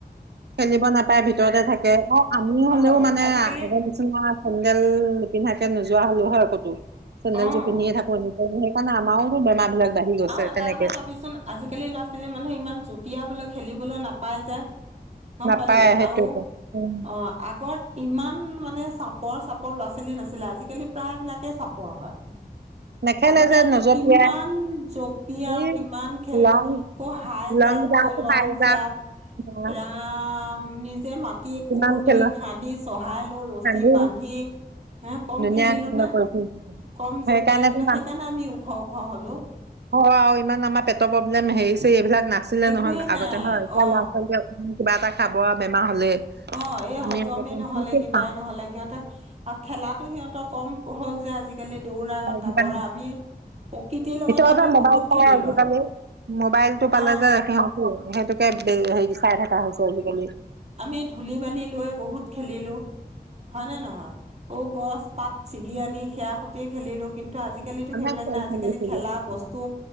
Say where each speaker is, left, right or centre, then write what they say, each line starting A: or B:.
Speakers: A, on the right; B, on the right.
A: খেলিব নাপায় ভিতৰতে থাকে আৰু আমি হ'লেও
B: অ',
A: মানে
B: আজিকালি
A: আগৰ নিচিনা চেডেল নিপিন্ধাকে নোযোৱা হ'লো হয় কতো চেন্দেল
B: অ',
A: যোৰ পিন্ধিয়ে থাকো এ সেইকাৰণে আমাৰো বেমাৰ বিলাক বাঢ়ি গৈছে
B: আৰু এটা
A: তেনেকে
B: কথা চাবিচোন আজিকালি ল'ৰা ছোৱালী মানুহে ইমান জপিয়ালে খেলিবলৈ নাপাই যে গম
A: নাপায়
B: পালি
A: সেইটোৱেটো
B: আৰু
A: উম
B: অ আগত ইমান মানে চাপৰ ল'ৰা ছোৱালী নাছিলে আজিকালি প্ৰায়বিলাকে চাপৰ হয়।
A: নেখেলে
B: আগতে
A: যে
B: আমি
A: নজপিয়াই
B: কিমান জপিয়াই আও
A: এই
B: কিমান খেলো
A: লং
B: ক' হাই
A: লং
B: জাম্প
A: জাপ
B: ক' লং
A: হাই জাপ
B: জাম্প
A: অ
B: ৰাম নিজে মাতি
A: কিমান
B: কোৰ
A: খেলা
B: দি খান্দি চহাই ৰছী
A: কান্দি
B: বান্ধি হে কম
A: ধুনীয়া
B: খেলিলো
A: কান্দ
B: নে
A: কৰি ফুৰিছিলে
B: কম
A: সেইকাৰণেতো
B: জপিয়ালো নে সেইকাৰণে আমি ওখ ওখ হলো।
A: অ ইমান আমাৰ পেটৰ প্ৰব্লেম হেৰিছে এইবিলাক। নাছিলে
B: একোৱেই
A: নহয়
B: নাই
A: আগতে হয় এতিয়া
B: অ
A: ল'ৰা ছোৱালী অকমান কিবা এটা খাব বেমাৰ হ'লে
B: অ এ
A: আমি
B: হজমেই
A: আগতে
B: নহয়
A: যি তি
B: কিবাই
A: খাওঁ
B: নহ'লে সিহঁতে আৰু খেলা সিহঁতৰ কম হ'ল যে আজিকালি দৌৰা
A: আজিকালি
B: ঢাপৰা আমি প্ৰকৃতিৰ লগত
A: সেইটো কথা
B: আমি
A: মোবাইল
B: বহুত
A: চলাই
B: খেলিলোঁ
A: আজিকালি মোবাইলটো পালে
B: অ
A: যে সিহঁতো সেইটোকে হেৰি চাই থকা হৈছে আজিকালি
B: আমি ধূলি বালি লৈ বহুত খেলিলোঁ। হয় নে নহয় ঔ গছ পাত ছিগি আনি সেয়া সতিয়ে খেলিলো কিন্তু আজিকালি আজিকালিতো
A: আমি
B: সেইবিলাক
A: খেল
B: নাই আজিকালি
A: খেলিছিলো
B: খেলা বস্তু